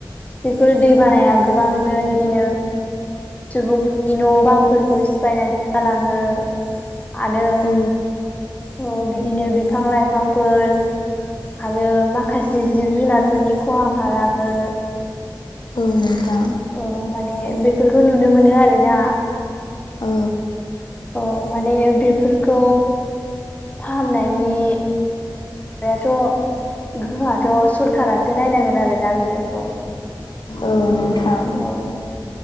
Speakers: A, on the left; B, on the left.
A: बेफोर दै बानाया गोबांनो इदिनो सुबुंफोरनि न' बां न'फोरखौ सिफायनानै गालाङो आरो
B: औ
A: अ बिदिनो बिफां-लाइफांफोर आरो माखासे जिब-जुनारफोरनि खहा खालामो।
B: औ नोंथां
A: औ माने बेफोरखौ नुनो मोनो आरोना
B: औ
A: औ माने बेफोरखौ फाहामनायनि माबायाथ' गोहोआथ' सरखारासो नायनांगोन आरोना बेफोरखौ
B: औ नोंथां
A: औ